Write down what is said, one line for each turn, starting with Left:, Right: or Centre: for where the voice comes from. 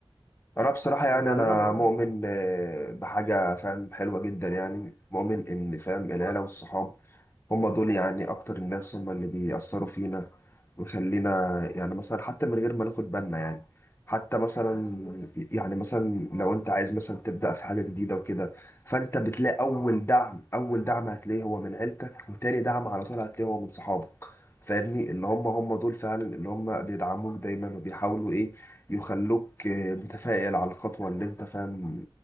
Left: انا بصراحه يعني
Right: ويعني
Left: انا
Right: انا بقدر
Left: مؤمن آه، بحاجه فاهم حلوه جدا يعني مؤمن ان فاهم العيله والصحاب هم دول يعني اكتر الناس هم اللي بيأثروا فينا ويخلينا يعني مثلا حتى من غير ما ناخد بالنا يعني حتى مثلا يعني مثلا لو انت عايز مثلا تبدأ في حاجة جديدة وكده فانت بتلاقي اول دعم اول دعم هتلاقيه هو من عيلتك وتاني دعم على طول هتلاقيه هو من صحابك فاهمني اللي هم هم دول فعلا اللي هم بيدعموك دايما وبيحاولوا ايه يخلوك آه، متفائل على الخطوة اللي انت فاهم